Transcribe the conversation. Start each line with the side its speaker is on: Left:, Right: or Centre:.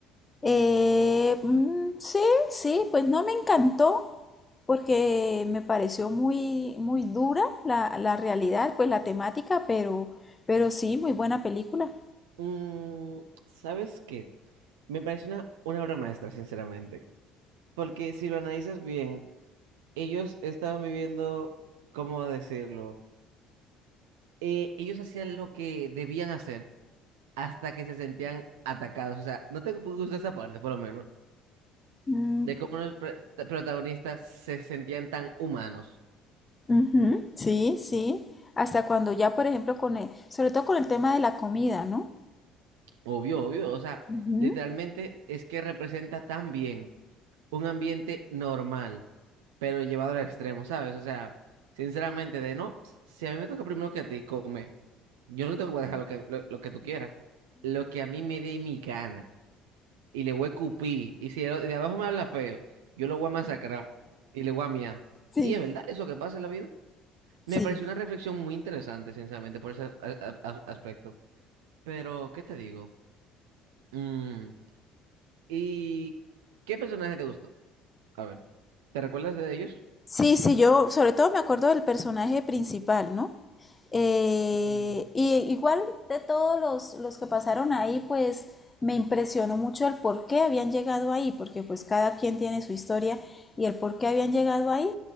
Left: Eh, mm, sí, sí, pues no me encantó porque me pareció muy, muy dura la, la realidad, pues la temática, pero, pero sí, muy buena película.
Right: Mm, ¿sabes qué? Me parece una, una obra maestra, sinceramente. Porque si lo analizas bien, ellos estaban viviendo, ¿cómo decirlo? Eh, ellos hacían lo que debían hacer hasta que se sentían atacados. O sea, no te gusta esa parte, por lo menos,
Left: Mm,
Right: de cómo los pre- protagonistas se sentían tan humanos.
Left: Ujú, sí, sí. Hasta cuando ya, por ejemplo, con el, sobre todo con el tema de la comida, ¿no?
Right: Obvio, obvio, o sea,
Left: Ujú,
Right: literalmente es que representa tan bien un ambiente normal, pero llevado al extremo, ¿sabes? O sea, sinceramente, de no, si a mí me toca primero que a ti, come, yo no te voy a dejar lo que, lo, lo que tú quieras, lo que a mí me dé mi gana, y le voy a cupir, y si el de abajo me habla feo, yo lo voy a masacrar, y le voy a miar.
Left: sí,
Right: Y es verdad, eso que pasa en la vida, me
Left: sí.
Right: pareció una reflexión muy interesante, sinceramente, por ese a- a- as- aspecto. Pero, ¿qué te digo? Mm, ¿Y qué personaje te gustó? A ver, ¿te recuerdas de ellos?
Left: Sí, sí, yo sobre todo me acuerdo del personaje principal, ¿no? Eh,
Right: Mm,
Left: y igual de todos los, los que pasaron ahí, pues me impresionó mucho el por qué habían llegado ahí, porque pues cada quien tiene su historia y el por qué habían llegado ahí